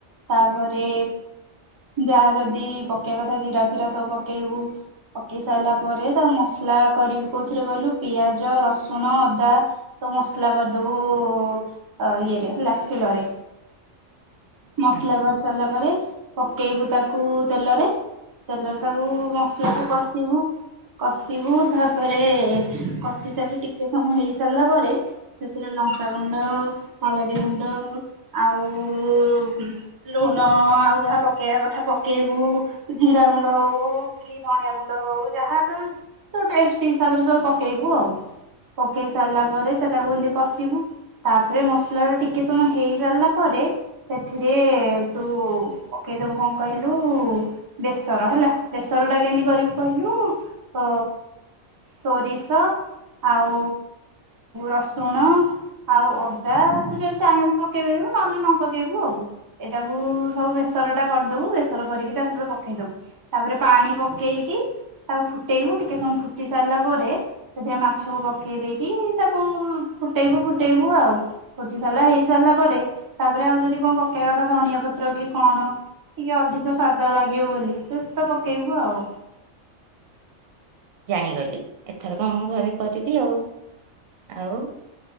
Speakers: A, on the right; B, on the right.
A: ତାପରେ ଯାହା ଯଦି ପକେଇବା କଥା ଜିରା ଫିରା ସବୁ ପକେଇବୁ ପକେଇ ସାଇଲା ପରେ ତାକୁ ମସଲା କରିବୁ କୋଉଥିରେ କହିଲୁ ପିଆଜ ରସୁଣ ଅଦା ସବୁ ମସଲା କରିଦୋବୁ ଅ ଇଏରେ ହେଲା ସିଳରେ।
B: ଆଚ୍ଛା
A: ମସଲା କରି ସାରିଲା ପରେ ପକେଇବୁ ତାକୁ ତେଲରେ ତେଲରେ ତାକୁ ମସଲା କୁ କଷିବୁ କଷିବୁ ତାପରେ କଷି ସାରି ଟି ଟିକେ ସମୟ ହେଇ ସାରିଲା ପରେ ସେ ଥିରେ ଲଙ୍କାାଗଣ୍ଡ ହଳଦୀ ଗୁଣ୍ଡ ଆଉ ଲୁ ଲୁଣ ଆଉ ଯାହା ପକେଇବା କଥା ପକେଇବୁ ଜିରା ଗୁଣ୍ଡ ହୋଉ କି ଧଣିଆ ଗୁଣ୍ଡ ହଉ ଯାହା ତୋ ତୋ ଟେଷ୍ଟ୍ ହିସାବରେ ସବୁ ପକେଇବୁ ଆଉ। ପକେଇ ସାରିଲା ପରେ ସେଟାକୁ ଏମିତି କଷିବୁ ତାପରେ ମସ୍ ଟିକେ ସମୟ ହେଇ ସାରିଲା ପରେ ସେଥି ରେ ତୁ ପକାଇଦୋବୁ କଁ କହିଲୁ ବେସର ହେଲା ବେସର ଟା କେମିତି କରିବୁ କହିଲୁ ଉ ସୋରିଷ ଆଉ ରସୁଣ ଆଉ ଅଦା ସେ ଯଦି ଚାହିଁବୁ ପକେଇ ପାରିବୁ ନହେଲେ ନ ପକେଇବୁ ଆଉ, ଏଇଟାକୁ ସବୁ ବେସର ଟା କରିଦବୁ ବେସର କରିକି ତା ସହିତ ପକେଇଦବୁ ତାପରେ ପାଣି ପକେଇକି ତାକୁ ଫୁଟେଇବୁ, ଟିକେ ସମୟ ଫୁଟି ସାରିଲା ପରେ ସେଥିରେ ମାଛକୁ ପକେଇ ଦେଇକି ତାକୁ ଫୁଟେଇବୁ ଫୁଟେଇବୁ ଆଉ। କୋଟିନାଲା ହେଇ ସାରିଲା ପରେ ତା ତାପରେ ଆଉ ଯଦି କଣ ପକେଇବା କଥା ଧନିଆ ପତ୍ର କି କଣ ଟିକେ ଅଧିକ ସ୍ଵାଦ ଲା ଇଏ ବୋଲି ପେସ୍ତା ପକେଇବୁ ଆଉ।
B: ଜାଣିଗଲି ଏଥରକ ମୁଁ ଘରେ କରିବି ଆଉ। ଆଉ